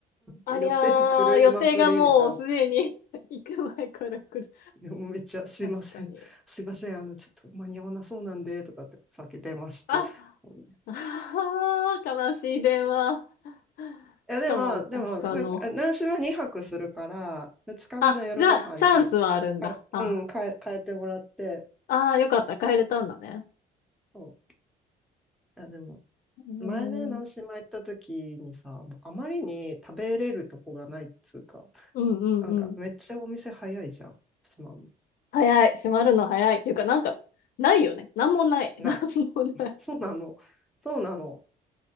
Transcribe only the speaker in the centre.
寄って狂いまくりみたいな。
でもめっちゃすいません、
<laughs> すいません、あの、ちょっと間に合わなそうなんで、とかってさっき電話して。
<laughs> うん
いや、
でも、でも、な習志は2泊するから、2日目の夜ご飯に、
はい、
うん、変え、変えてもらって、
そう。いや、でも、
前ね、直島行った時にさ、
もうあまりに食べれるとこがないっつうか、
なんかめっちゃお店早いじゃん、島も。
ない。
そうなの。そうなの。